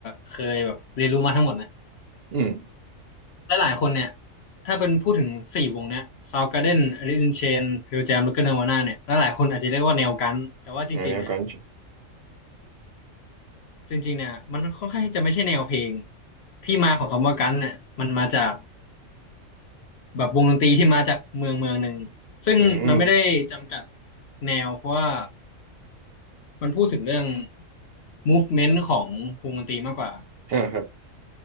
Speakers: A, on the left (about 60°); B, on the right (about 55°).
A: เคยแบบเรียนรู้มาทั้งหมดนะ
B: อืม
A: หลายๆคนเนี่ยถ้าเป็นพูดถึงสี่วงเนี้ย Soundgarden Alice in Chains Pearl Jam แล้วก็ Nirvana เนี่ยหลายๆคนอาจจะเรียกว่าแนวกันแต่ว่าจริงๆเนี่ย
B: อ่าแนวกัน
A: จริงๆเนี่ยมันค่อนข้างที่จะไม่ใช่แนวเพลงที่มาของคำว่ากันเนี่ยมันมาจากแบบวงดนตรีที่มาจากเมืองเมืองหนึ่งซึ่งมันไม่ได้จำกัด
B: อืม
A: แนวเพราะว่ามันพูดถึงเรื่อง movement ของวงดนตรีมากกว่า
B: อ่าครับ